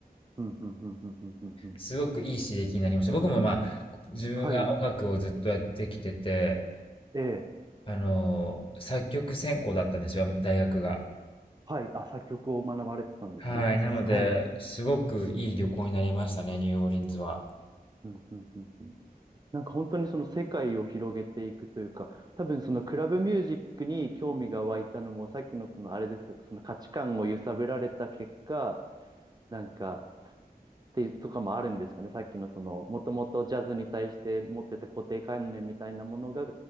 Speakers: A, on the right; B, on the left.
A: うん、うん、うん、うん、うん。うん
B: すごくいい刺激になりました。僕もまあ、自分が音楽をずっとやってきてて、
A: はい。ええ。
B: あの、作曲専攻だったんですよ、大学が。
A: はい。あ、作曲を学ばれてたんですね。
B: はい。なので、
A: はい。
B: すごくいい旅行になりましたね、ニューオーリンズは。
A: うん、うん、うん、うん。なんか本当にその世界を広げていくというか、多分そのクラブミュージックに興味が湧いたのも、さっきのそのあれですけど、その価値観を揺さぶられた結果、なんか、っていうとかもあるんですかね。さっきのその、もともとジャズに対して持ってた固定観念みたいなものが、